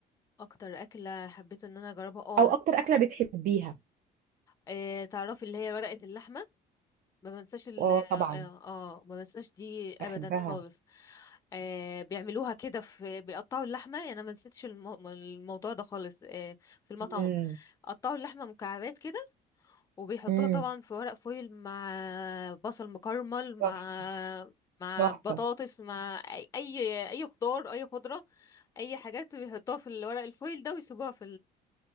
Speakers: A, on the left; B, on the right.
A: اكتر اكله حبيت ان انا اجربها اه
B: او اكتر اكله بتحبيها
A: آه، تعرفي اللي هي ورقه اللحمه ما بنساش ال
B: اه
A: اه
B: طبعا
A: آه، آه، ما بنساش دي
B: بحبها
A: ابدا خالص آه بيعملوها كده في بيقطعوا اللحمه يعني انا ما نسيتش الم- الموضوع ده خالص آه في المطعم
B: امم
A: قطعوا اللحمه مكعبات كده وبيحطوها
B: امم
A: طبعا في ورق فويل مع بصل مكرمل مع
B: تحفه
A: مع
B: تحفة.
A: بطاطس مع اي اي أي خضار اي خضره اي حاجات بيحطوها في الورق الفويل ده ويسيبوها في